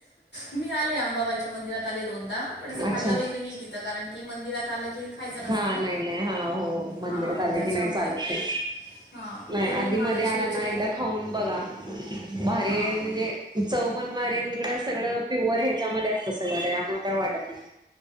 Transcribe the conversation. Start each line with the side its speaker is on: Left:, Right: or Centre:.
Left: मी आले आंबाबाईच्या मंदिरात आले दोनदा पण असं खाल्लं
Right: अच्छा
Left: वगैरे नई तिथं कारण की मंदिरात आलं की खायचं नसतं
Right: हा
Left: ना
Right: नाय नाय हा हो मंदिरात
Left: हां
Right: आले
Left: त्याच्यामुळे
Right: की नाही चालतये.
Left: हां
Right: नाय
Left: ते मी
Right: आधी
Left: महालक्ष्मीचे
Right: मधी आला ना एकदा खाऊन बघा भारी
Left: हां
Right: ये म्हणजे चव पण भारी नी इकडं सगळं प्युअर ह्याच्यामध्ये असतं सगळं काय आम काय वाटत नाय.